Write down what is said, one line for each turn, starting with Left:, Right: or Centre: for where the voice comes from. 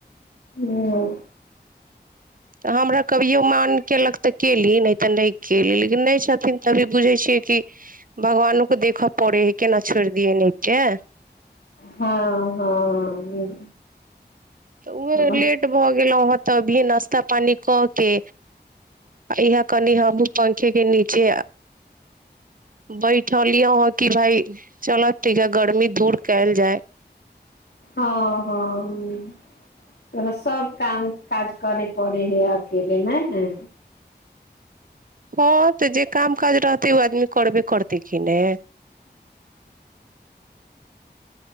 Left: ओ
Right: तऽ हमरा कभिओ मान कयलक तऽ कयली नहि तऽ नहि कयली लेकिन नहि छथिन तभी बुझै छियै कि भगवानोकेँ देखय पड़ै हइ केना छोड़ि दियैन अए के
Left: हँ हँ
Right: तऽ उएह
Left: हँ
Right: लेट भऽ गेलहूँ हेँ तऽभी नस- -स्ता पानी कऽ के इहाए कनि हमहूँ पंखे के नीचे बैठलिअ हँ कि भाइ चल त गर्मी दूर कैयल जाय
Left: हँ हँ हूँ तऽ सभ काम काज करयै पड़ै हइ अकेले नै
Right: हँ तऽ जे काम काज रहतै ओ आदमी करबे करतै की ने